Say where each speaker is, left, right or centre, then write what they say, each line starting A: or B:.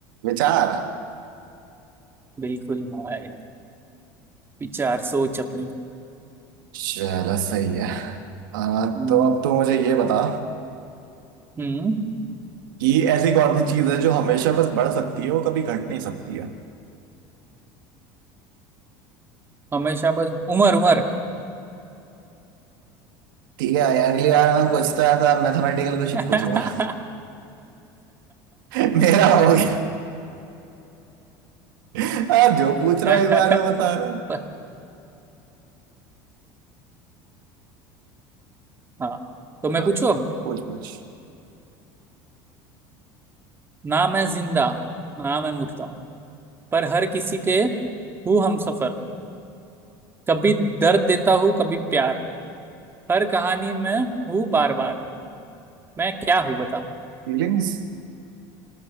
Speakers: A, on the right; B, on the right.
A: विचार
B: बिल्कुल भाई विचार सोच अपनी
A: चलो सही है आ, तो
B: हम्म
A: अब तो मुझे ये बता
B: हम्म,
A: कि ऐसी कौन सी चीज है जो हमेशा बस बढ़ सकती है वो कभी घट नहीं सकती है
B: हमेशा बस उम्र उम्र
A: ठीक है यार, अगली बार मैं पूछता था मैथमेटिकल क्वेश्चन
B: <laughs>
A: पूछूंगा
B: क्या
A: <laughs> मेरा हो गया <laughs> आ, जो पूछ रहा
B: क्या
A: हूँ
B: क्या
A: एक बार वो बता रहा हूँ
B: पर हाँ तो मैं
A: आ,
B: पूछू अब
A: पूछ पूछ
B: ना मैं जिंदा ना मैं मुर्दा पर हर किसी के हूँ हम सफर कभी दर्द देता हूँ कभी प्यार हर कहानी में हूँ बार बार मैं क्या हूँ बता
A: फीलिंग्स